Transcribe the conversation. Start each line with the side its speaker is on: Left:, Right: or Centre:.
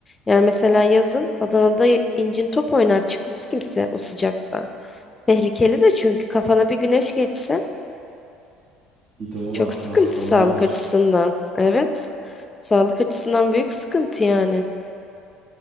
Left: Yani mesela yazın Adana'da incin top oynar çıkmaz kimse o sıcakta. Tehlikeli de çünkü kafana bir güneş geçse
Right: Bir de o
Left: çok
Right: var,
Left: sıkıntı
Right: hastalığı
Left: sağlık
Right: var.
Left: açısından. Evet. Sağlık açısından büyük sıkıntı yani.